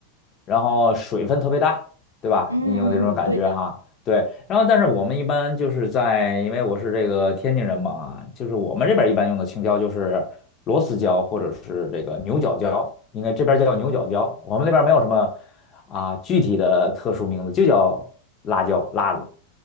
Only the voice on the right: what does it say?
嗯嗯嗯，
对的。